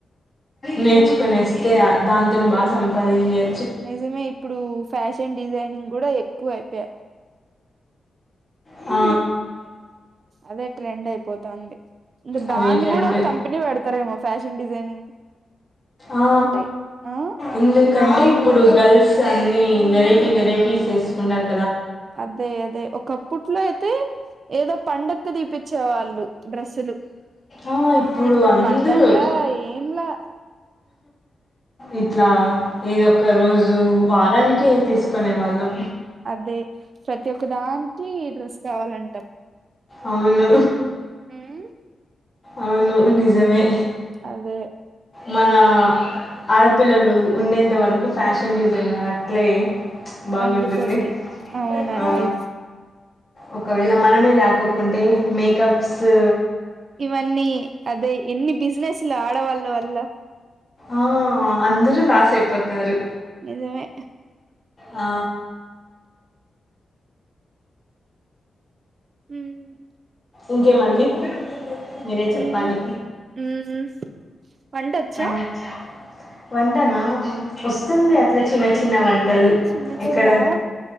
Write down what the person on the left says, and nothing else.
నేర్చుకునేస్తే దాంతోని బాగా సంపాదియ్య
ఆ
అవే
ట్రెండ్
ఆ
ఎందుకంటే ఇప్పుడు గర్ల్స్ అన్నీ వెరైటీ వెరైటీస్ వేసుకున్నారు
ఆ
అందరూ
ఇట్లా ఏది ఒక్క రోజు వారాని కే తీసుకునేవాళ్ళం
అవును.
అవును నిజమే.
మన, ఆడపిల్లలు ఉండేంత వరకు, ఫ్యాషన్ డిజైనర్ అట్లే. బాగుంటుంది
ఆ, ఒకవేళ మనమే లకోకుంటే, మేకపస్సు.
ఆ అందరూ లాస్ అయిపోతారు.
ఆ.
ఇంకేమండి. మీరే చెప్పాలి
ఆ. వంటనా వొస్తుంది, అట్లా చిన్న చిన్న వం. టలు
ఎక్కడ